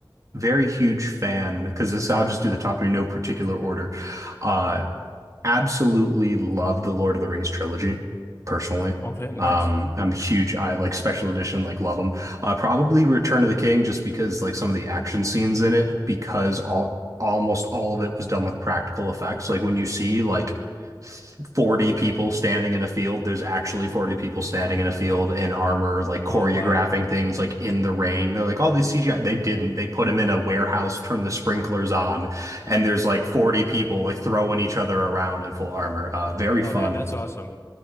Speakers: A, on the right (about 45°); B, on the left (about 35°).
A: very huge fan because this, I'll just do the top three, no particular order. Uh, absolutely love the Lord of the Rings trilogy, personally.
B: Okay, nice.
A: Um, I'm a huge, I like special edition, like love them. Uh, probably Return of the King, just because like some of the action scenes in it, because all almost all of it was done with practical effects. Like when you see like 40 people standing in a field, there's actually 40 people standing in a field in armor, like choreographing
B: Oh wow.
A: things like in the rain. They're like, oh, they CGI. They didn't. They put them in a warehouse, turned the sprinklers on, and there's like 40 people like throwing each other around in full armor. Uh, very
B: Oh
A: fun.
B: yeah, that's awesome.